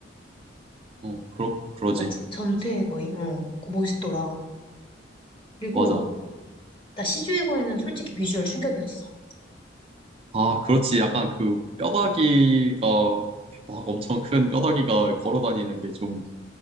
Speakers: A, on the right (about 30°); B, on the left (about 30°).
A: 어, 그러, 그러지.
B: 맞지? 전퇴의 거인, 어. 그거 멋있더라. 그리고,
A: 맞아.
B: 나 시주의 거인은 솔직히 비주얼 충격이었어.
A: 아, 그렇지. 약간 그 뼈다귀가, 막 엄청 큰 뼈다귀가 걸어 다니는 게 좀,